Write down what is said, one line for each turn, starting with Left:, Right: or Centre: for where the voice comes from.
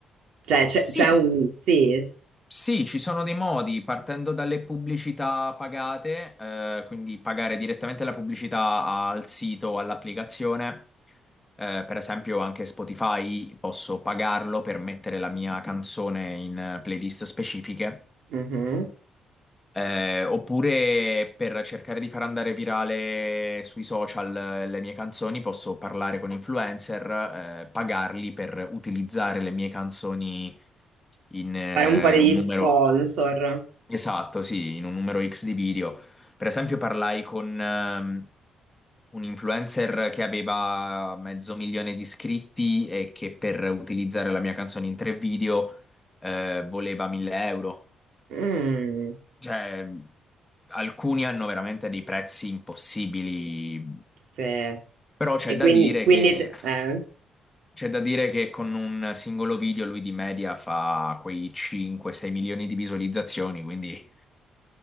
Right: Cioè c'è
Left: Sì,
Right: c'è un... sì,
Left: Sì, ci sono dei modi, partendo dalle pubblicità pagate, eh, quindi pagare direttamente la pubblicità al sito o all'applicazione. Eh, per esempio, anche Spotify posso pagarlo per mettere la mia canzone in eh, playlist specifiche.
Right: mhm.
Left: Eh, oppure per cercare di far andare virale sui social eh, le mie canzoni, posso parlare con influencer, eh, pagarli per utilizzare le mie canzoni in eh,
Right: Fare un po' degli
Left: un numero
Right: sponsor.
Left: esatto, sì, in un numero X di video. Per esempio, parlai con ehm, un influencer che aveva mezzo milione di iscritti e che per utilizzare la mia canzone in tre video eh, voleva 1000 euro.
Right: Mm,
Left: Cioè, alcuni hanno veramente dei prezzi impossibili,
Right: sì.
Left: però c'è
Right: E
Left: da
Right: quindi,
Left: dire
Right: quindi
Left: che.
Right: t- eh,
Left: C'è da dire che con un singolo video lui di media fa quei 5-6 milioni di visualizzazioni, quindi